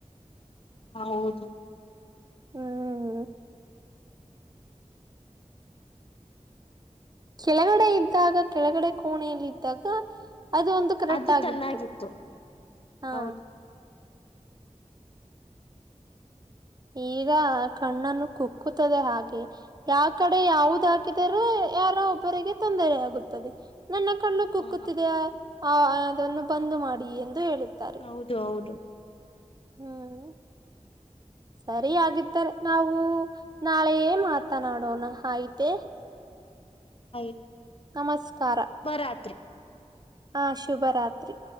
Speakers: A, on the left (about 50°); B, on the right (about 35°).
A: ಹ ಹೌದು
B: ಹ್ಮ್ ಕೆಳಗಡೆ ಇದ್ದಾಗ ಕೆಳಗಡೆ ಕೋಣೆಯೆಯಲ್ಲಿ ಇದ್ದಾಗ ಅದು ಒಂದು ಕರೆಕ್ಟ್
A: ಅದು
B: ಆಗಿತ್ತು
A: ಚೆನ್ನಾಗಿತ್ತು
B: ಹಾ
A: ಹೌದು
B: ಈಗ ಕಣ್ಣನ್ನು ಕುಕ್ಕುತ್ತದೆ ಹಾಗೆ ಯಾವ ಕಡೆ ಯಾವದ ಹಾಕಿದರೂ ಯಾರ ಒಬ್ಬರಿಗೆ ತೊಂದರೆೆಯಗುತ್ತದೆ ನನ್ನ ಕಣ್ಣು ಕುಕ್ಕುತ್ತಿದೆಯ
A: ಹಾ
B: ಆ ಅದನ್ನು ಬಂದು ಮಾಡಿ ಎಂದು ಹೇಳುತ್ತಾ
A: ಹೌದು ಹೌದು
B: ಹ್ಮ್ ಸರಿಯಾಗಿದ್ದರೆ ನಾವು ನಾಳೆ ಮಾತಾಡೋಣ ಆಯಿತು
A: ಆಯತು
B: ನಮಸ್ಕಾರ
A: ರಾತ್ರಿ
B: ಹಾ ಶುಭರಾತ್ರಿ